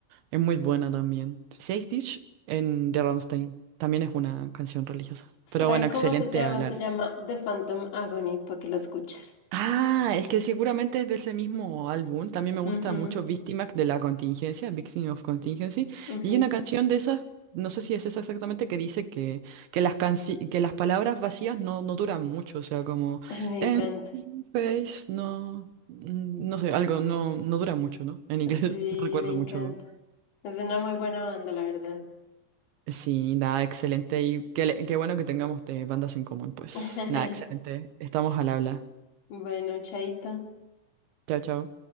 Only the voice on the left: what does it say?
¿Sabe
cómo se llama?
Se llama The Phantom Agony, para que la escuches.
Ujú,
ujú.
Ay, me
encanta.
Sí,
me encanta.
Es una muy buena banda, la verdad.
<laughs>
Bueno, chaito.